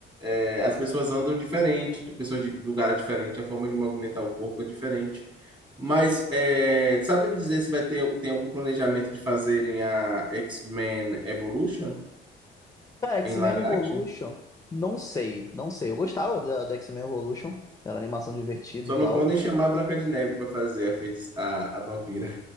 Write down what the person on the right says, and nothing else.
É, As pessoas andam diferente, de pessoas de lugar diferente, a forma de movimentar o corpo é diferente. Mas é, sabe me dizer se vai ter tem algum planejamento de fazerem a X-Men Evolution
em live
action?
Só
não podem chamar a Branca de Neve para fazer a, feiti- a, a vampira.